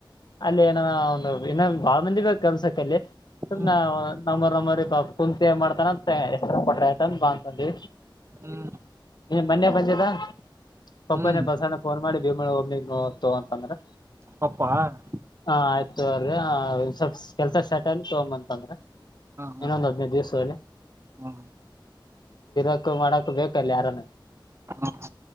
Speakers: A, on the left; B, on the right.
A: ಅಲ್ಲಿ ಏನ ಒಂದು ಇನ್ನೊ ಬಾಳ ಮಂದಿ ಬೇಕ್ ಕೆಲ್ಸಕ್ಕಲ್ಲಿ ಸುಮ್ನ
B: ಹ್ಮ್
A: ನಮ್ಮರ್ ನಮ್ಮರಿ ಕುಂತ ಮಾಡ್ತಾನ ಎಷ್ಟರ ಕೊಟ್ರ ಆಯ್ತಂದ ಬಾ ಅಂತಂದಿ.
B: ಹ್ಮ್
A: ನೀ ಮೊನ್ನೆ ಬಂದಿದ್ದ. ಒಪ್ಪನೇ
B: ಹ್ಮ್
A: ಬಸಣ್ಣ ಫೋನ್ ಮಾಡಿ ಭೀಮಳ ಒಮ್ಮನಿಗೆಗ್ ತಗೊ ಅಂತಂದ್ರ.
B: ಪಪ್ಪಾ -
A: ಹಾ ಆಯ್ತು ಅವ ಸ್ವಲ್ಪ ಕೆಲ್ಸ ಸ್ಟಾರ್ಟ್ ಅಲ್ಲಿ ತಗೊಂತಂದ್ರೆ.
B: ಹಾ
A: ಇನ್ನೊಂದು ಹದ್ನೈದು ದಿವಸ ಹೋಳಿ
B: ಹಾ
A: ಇಕ ಮಾಡಕ್ ಬೇಕಲ್ಲ ಯಾರನ್ನ.....
B: ಹಾ